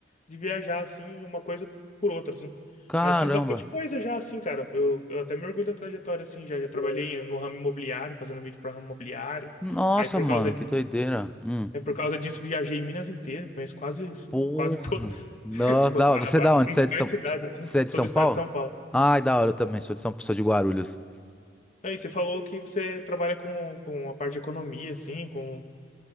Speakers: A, on the left; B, in the centre.
A: de viajar, assim, uma coisa por outra, assim.
B: caramba.
A: Mas fiz bastante coisa já, assim, cara. Eu, eu até me orgulho da trajetória, assim, já. Já trabalhei no ramo imobiliário, fazendo vídeo para ramo imobiliário.
B: Nossa,
A: Aí por
B: mano,
A: causa,
B: que doideira. Hum.
A: é por causa disso viajei Minas inteira, conheço quase,
B: Porra.
A: quase todas
B: Nossa,
A: <laughs>
B: da hora. Você é da
A: as
B: onde?
A: principais
B: Você é de São,
A: cidades, assim.
B: você é
A: Sou
B: de São
A: do estado
B: Paulo?
A: de São Paulo.
B: Ai, da hora, eu também sou de São, sou de Guarulhos.
A: Aí você falou que você trabalha com, com a parte de economia, assim, com